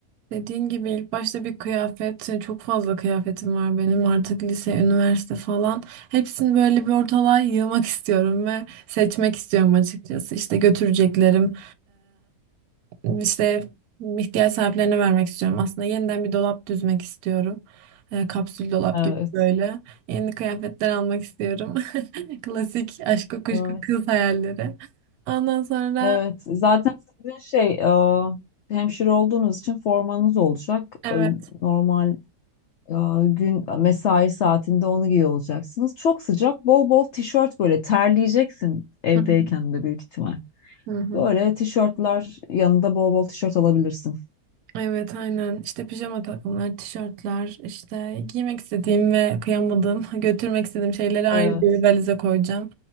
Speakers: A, on the right; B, on the left.
A: Dediğin gibi ilk başta bir kıyafet, hani çok fazla kıyafetim var benim artık lise, üniversite falan. Hepsini böyle bir ortalığa yığmak <laughs> istiyorum ve seçmek istiyorum açıkçası. İşte götüreceklerim, eee, işte ihtiyaç sahiplerine vermek istiyorum. Aslında yeniden bir dolap düzmek istiyorum. Eee, kapsül dolap
B: Evet.
A: gibi böyle. Yeni kıyafetler almak istiyorum. <laughs> Klasik aşk kuşku
B: Evet.
A: kız hayalleri. Ondan sonra
B: Evet. Zaten sizin şey e, hemşire olduğunuz için formanız olacak.
A: evet.
B: E, normal Ya gün mesai saatinde onu giyiyor olacaksınız. Çok sıcak, bol bol tişört böyle terleyeceksin evdeyken
A: Hı hı.
B: de büyük ihtimal.
A: Hı hı.
B: Böyle tişörtler yanında bol bol tişört alabilirsin.
A: Evet aynen İşte pijama takımlar, tişörtler, işte giymek istediğim ve kıyamadığım, <laughs> götürmek istediğim şeyleri ayrı
B: Evet.
A: bir valize koyacağım.